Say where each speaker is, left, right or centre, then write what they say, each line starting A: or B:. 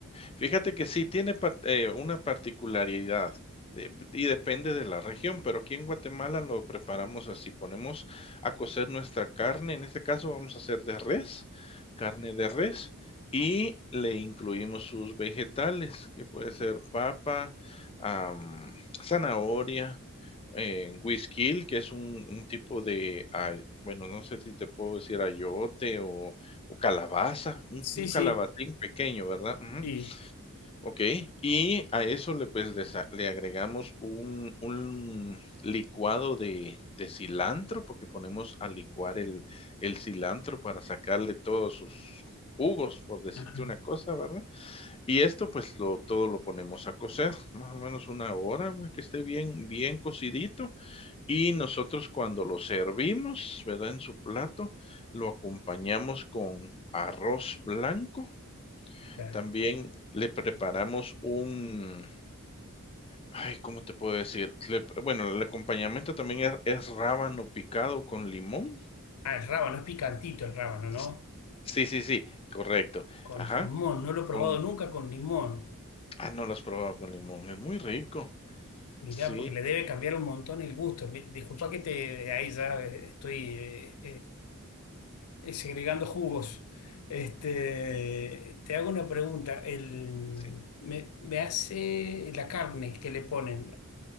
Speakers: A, on the left; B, on the left.
A: Fíjate que sí tiene par eh, una particularidad, de y depende de la región, pero aquí en Guatemala lo preparamos así, ponemos a cocer nuestra carne, en este caso vamos a hacer de res, carne de res, y le incluimos sus vegetales, que puede ser papa, am, zanahoria, eh, güisquil, que es un un tipo de, ay, bueno, no sé si te puedo decir ayote o o calabaza, un
B: Sí,
A: un calabacín
B: sí,
A: pequeño, ¿verdad? Ujú.
B: sí.
A: Ok y a eso le, pues, le sa le agregamos un un licuado de de cilantro, porque ponemos a licuar el el cilantro para sacarle todos sus jugos, por decirte
B: Ajá.
A: una cosa, ¿verdad? Y esto, pues, lo todo lo ponemos a cocer, más o menos una hora, güey, que esté bien bien cocidito, y nosotros cuando lo servimos, ¿verdad?, en su plato, lo acompañamos con arroz blanco
B: Claro.
A: también le preparamos un, ay, ¿cómo te puedo decir? Le- bueno, el acompañamiento también es, es rábano picado con limón.
B: Ah, el rábano, es picantito el rábano, ¿no?
A: S- Sí, sí, sí, correcto.
B: Con
A: Ajá,
B: limón, no lo he
A: con,
B: probado nunca con limón.
A: ah, no lo has probado con limón, es muy rico.
B: Mirá,
A: Sí,
B: porque le debe cambiar un montón el gusto. Mi- Disculpa que te ahí ya eh, estoy eh, segregando jugos. Este, te hago una pregunta. El,
A: sí.
B: me, me hace la carne que le ponen